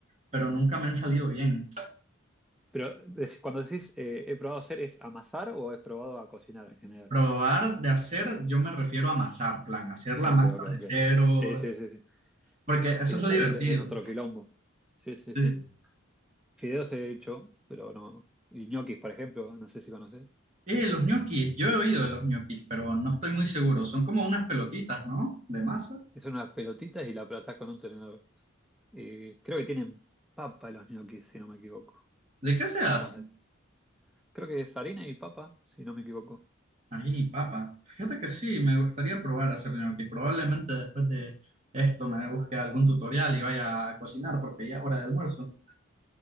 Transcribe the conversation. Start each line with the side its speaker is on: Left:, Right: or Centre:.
Right: pero nunca me han salido bien.
Centre: Pero dec- cuando decís eh, he probado hacer, ¿es amasar o he probado a cocinar en general?
Right: Probar de hacer, yo me refiero a amasar, plan, hacer la
Centre: Ah,
Right: Ah, masa
Centre: ok, ok,
Right: de
Centre: ok.
Right: cero,
Centre: Sí, sí, sí, sí.
Right: porque eso
Centre: Y
Right: es
Centre: ravioles
Right: lo divertido.
Centre: es otro quilombo. Sí, sí,
Right: Eh,
Centre: sí. Fideos he hecho, pero no. Y ñoquis, por ejemplo, no sé si conoces.
Right: eh, los ñoquis, yo he oído de los ñoquis, pero no estoy muy seguro. Son como unas pelotitas, ¿no? De masa.
Centre: Que son unas pelotitas y la aplatás con un tenedor. Y creo que tienen papa los ñoquis, si no me equivoco.
Right: ¿De qué se hacen?
Centre: Además de. Creo que es harina y papa, si no me equivoco.
Right: Harina y papa. Fíjate que sí, me gustaría probar a hacer ñoquis. Probablemente después de esto me busque algún tutorial y vaya a cocinar, porque ya es hora de almuerzo.